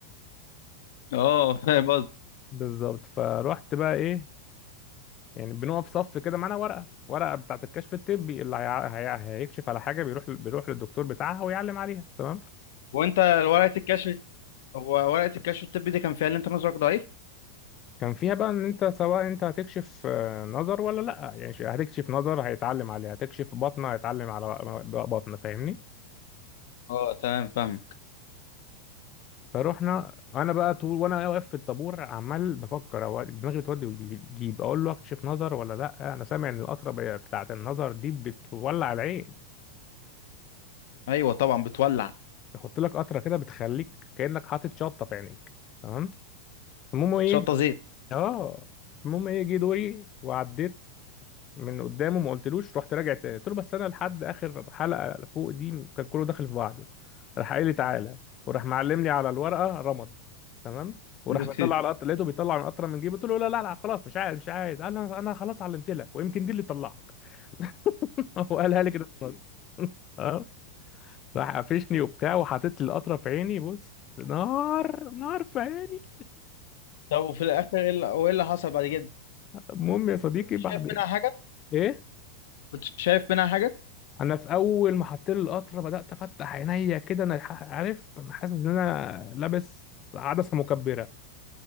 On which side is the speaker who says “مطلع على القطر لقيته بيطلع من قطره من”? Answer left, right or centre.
Left